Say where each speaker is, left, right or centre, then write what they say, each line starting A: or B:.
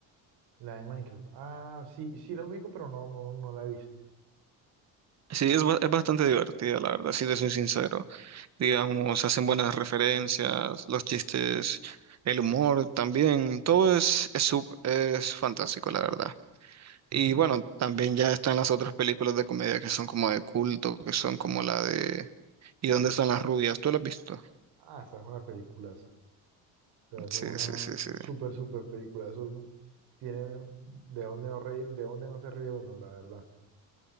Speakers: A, on the right (about 70°); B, on the right (about 40°).
A: La de Minecraft. Ah, sí, sí la ubico, pero no, no, no la he visto.
B: Sí, es, ba- es bastante divertida, la verdad, si te soy sincero. digamos, hacen buenas referencias, los chistes, el humor también, todo es, es, sup- es fantástico, la verdad. Y
A: Ujú.
B: bueno, también ya están las otras películas de comedia que son como de culto, que son como la de ¿Y dónde están las rubias? ¿Tú la has visto?
A: Ah, esa es una película. sea, eso es
B: Sí,
A: una
B: sí, sí, sí.
A: súper, súper película. Eso tiene de dónde no reír, de dónde no se ríe uno, la verdad.